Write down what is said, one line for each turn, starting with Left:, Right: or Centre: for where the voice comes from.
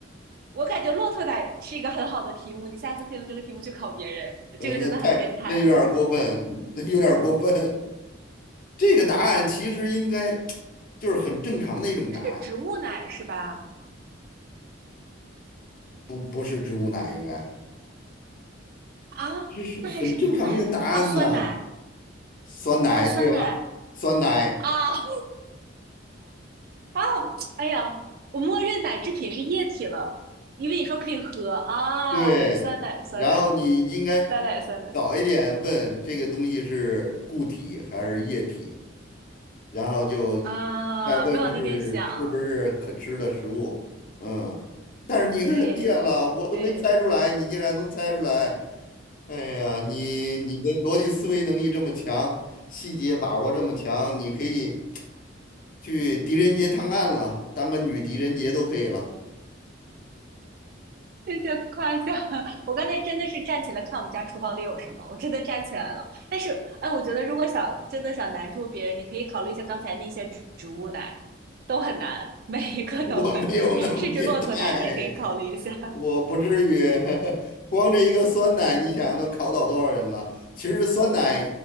Right: 我感觉骆驼奶是一个很好的题目，你下次可以用这个题目去考别人，
Left: 嗯，
Right: 这个真的很变态。
Left: 那太那有点儿过分，那有点儿过分。这个答案其实应该就是很正常的一种答案，
Right: <laughs> 是植物奶是吧？
Left: 不不是植物奶，应该
Right: 啊，
Left: 这是很正常的一个答案呢。
Right: 那还是牛奶类啊？酸奶
Left: 酸奶，
Right: 啊？酸奶
Left: 对吧？酸奶，
Right: 啊？<laughs> 啊，哎呀，我默认奶制品是液体了，因为你说可以喝啊。
Left: 对。
Right: 对，酸奶，酸奶，
Left: 然后你应该
Right: 酸奶，酸奶
Left: 早一点问这个东西是固体还是液体，然后就
Right: 啊，
Left: 再问是是不是可吃的食物。
Right: 没往那边想。
Left: 嗯，但是你很厉害了，
Right: 对对，
Left: 我都没猜出来，你竟然能猜出来。哎呀，你你的逻辑思维能力这么强，细节把握这么强，你可以去狄仁杰探案了，当个女狄仁杰都可以了。
Right: 谢谢夸奖。<laughs> 我刚才真的是站起来看我们家厨房里有什么，我真的站起来了。但是，哎，我觉得如果想真的想难住别人，你可以考虑一下刚才那些植植物奶，都很难，每一个都很难，
Left: <laughs> 我没有那么变态，
Right: 甚至骆驼奶你也可以考虑一下。<laughs>
Left: 我不至于。<laughs> 光这一个酸奶，你想想都考倒多少人了？其实酸奶